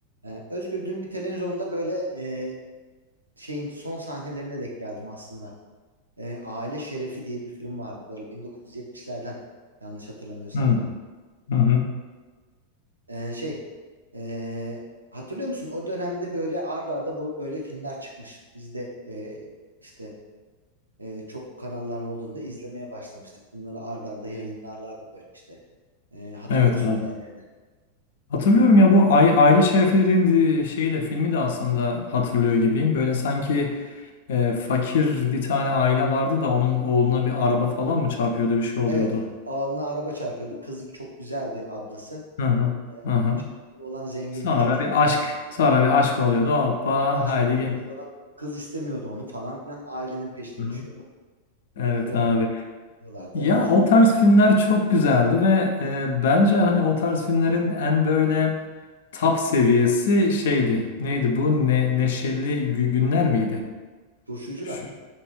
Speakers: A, on the right; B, on the left.
A: Ee, Özgür dün bir televizyonda böyle e, şeyin son sahnelerine denk geldim aslında. Ee, Aile Şerefi diye bir film vardı böyle 1970'lerden yanlış hatırlamıyorsam.
B: Hı, hı hı.
A: Ee, şey e, hatırlıyor musun? O dönemde böyle ard arda bu böyle filmler çıkmış. Biz de e, işte e, çoklu kanallar olduğunda izlemeye başlamıştık. Bunları ard arda yayınlarlardı böyle işte. Ee, hatırlıyor
B: Evet
A: musun
B: abi.
A: diğerlerini?
B: Hatırlıyorum ya bu Ay- Aile Şerefi dediğin di- şeyi de filmi de aslında hatırlıyor gibiyim. Böyle sanki e, fakir bir tane aile vardı da onun oğluna bir araba falan mı çarpıyordu bir şey oluyordu.
A: Evet, alnına araba çarpıyordu. Kızlık çok güzeldi ablası.
B: Hı hı.
A: Ee,
B: Hı hı.
A: çapkını olan zengin
B: Sonra
A: bir çocuk.
B: bir aşk,
A: Hı
B: sonra
A: hı.
B: bir aşk oluyordu. Hoppa
A: Aşık
B: haydi
A: oluyordu.
B: gel.
A: Sonra kız istemiyordu onu falan filan. Ailenin peşine
B: Hı hı.
A: düşüyordu.
B: Evet
A: Onu biraz
B: abi.
A: tutuyorlardı.
B: Ya
A: En son
B: o tarz filmler çok güzeldi
A: tutuyordu.
B: ve e, bence hani o tarz filmlerin en böyle top seviyesi şeydi. Neydi bu? Ne, Neşeli Gü- Günler miydi?
A: Turşucular.
B: Şu,